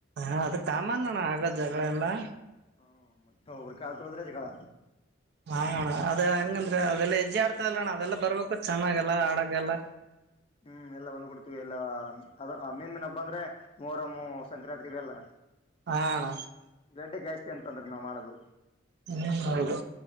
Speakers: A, on the right (about 60°); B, on the left (about 30°).
A: ಹಾ ಅದು ಕಮಾನ್ ಅಣ್ಣ ಆಗೋದು ಜಗಳ ಎಲ್ಲಾ.
B: ಹ್ಮ ಅವ್ರ ಕಾಲ್ ತುಳಿದ್ರೆ ಜಗಳ
A: ಹಾ ಅಣ್ಣ ಅದ ಹಂಗಂದ್ರೆ ಅದೆಲ್ಲಾ ಹೆಜ್ಜೆ ಆಡ್ತದಲ್ಲ ಅಣ್ಣ ಅದೆಲ್ಲ ಬರ್ಬೇಕು ಚೆನ್ನಾಗಲ್ಲಾ ಆಡಾಕ್ಕೆಲ್ಲ.
B: ಹ್ಮ್ ಎಲ್ಲ ಬಂದ್ ಬಿಡ್ತೀವಿ ಎಲ್ಲಾ ಅದ ಮೇನ್ ಮೇನ್ ಹಬ್ಬ ಅಂದ್ರೆ ಮೋರಮ್ಮ ಸಂಕ್ರಾಂತಿ ಅವೆಲ್ಲ.
A: ಹ್ಹಾ ಅಣ್ಣ.
B: ಗಡ್ಡೆ ಜಾಸ್ತಿ ಅಂತಂದ್ರೆ ನಾವ್ ಮಾಡೋದು.
A: ಹ್ಮ ಹೌದು.